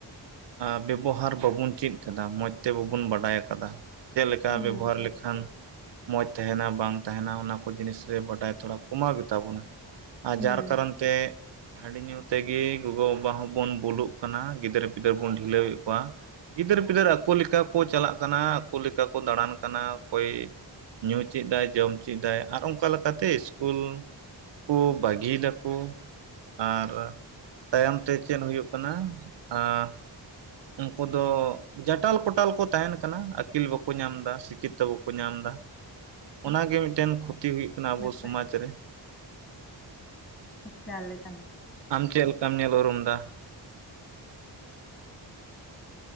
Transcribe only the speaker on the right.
ᱟᱸ ᱵᱮᱵᱚᱦᱟᱨ ᱵᱟᱵᱩᱱ ᱪᱮᱫ ᱟᱠᱟᱫᱟ ᱢᱚᱸᱡᱽ ᱛᱮ ᱵᱟᱵᱩᱱ ᱵᱟᱰᱟᱭ ᱟᱠᱟᱫᱟ ᱪᱮᱫ ᱞᱮᱠᱟ
ᱵᱮᱵᱚᱦᱟᱨ
ᱞᱮᱠᱷᱟᱱ
ᱢᱚᱸᱡᱽ ᱛᱟᱦᱮᱱᱟ ᱵᱟᱝ ᱛᱟᱦᱮᱱᱟ ᱚᱱᱟ ᱠᱚ ᱡᱤᱱᱤᱥ ᱨᱮ ᱵᱟᱰᱟᱭ ᱛᱷᱚᱲᱟ ᱠᱚᱢᱟᱣ ᱜᱮᱛᱟ ᱵᱚᱱᱟ ᱟᱨ
ᱡᱟᱨ ᱠᱟᱨᱚᱱ ᱛᱮ ᱦᱟᱺᱰᱤ ᱧᱩ ᱛᱮᱜᱮ ᱜᱚᱜᱚᱼᱵᱟᱵᱟ ᱦᱚᱸᱵᱚᱱ ᱵᱩᱞᱩᱜ ᱠᱟᱱᱟ ᱜᱤᱫᱟᱹᱨᱼ ᱯᱤᱫᱟᱹᱨ ᱵᱚᱱ ᱰᱷᱤᱞᱟᱹᱣᱮᱫ ᱠᱚᱣᱟ ᱜᱤᱫᱟᱹᱨ ᱯᱤᱫᱟᱹᱨ ᱟᱠᱚ ᱞᱮᱠᱟ ᱠᱚ ᱪᱟᱞᱟᱜ ᱠᱟᱱᱟ ᱟᱠᱚ ᱞᱮᱠᱟ ᱠᱚ ᱫᱟᱲᱟᱱ ᱠᱟᱱᱟ ᱚᱠᱚᱭ ᱧᱩ ᱪᱮᱫ ᱫᱟᱭ ᱡᱚᱢ ᱪᱮᱫ ᱫᱟᱭ ᱟᱨ ᱚᱱᱠᱟ ᱞᱮᱠᱟᱛᱮ ᱤᱥᱠᱩᱞ ᱠᱚ ᱵᱟᱹᱜᱤᱭ ᱫᱟᱠᱚ ᱠᱚ ᱟᱨ ᱛᱟᱭᱚᱢ ᱛᱮ ᱪᱮᱫ ᱦᱩᱭᱩᱜ ᱠᱟᱱᱟ ᱟᱸ ᱩᱱᱠᱩ ᱫᱚ ᱡᱟᱴᱟᱞ ᱯᱚᱴᱟᱞ ᱠᱚ ᱛᱟᱦᱮᱱ ᱠᱟᱱᱟ ᱟᱹᱠᱤᱞ ᱵᱟᱠᱚ ᱧᱟᱢ ᱫᱟ ᱥᱤᱠᱠᱷᱤᱛᱚ ᱵᱟᱠᱚ ᱧᱟᱢ ᱮᱫᱟ।
ᱚᱱᱟᱜᱮ ᱢᱤᱫᱴᱮᱱ ᱠᱷᱚᱛᱤ ᱦᱩᱭᱩᱜ ᱠᱟᱱᱟ ᱟᱵᱚ
ᱥᱚᱢᱟᱡᱽ ᱨᱮ
ᱟᱢ ᱪᱮᱫ ᱞᱮᱠᱟᱢ ᱧᱮᱞ ᱩᱨᱩᱢ ᱫᱟ?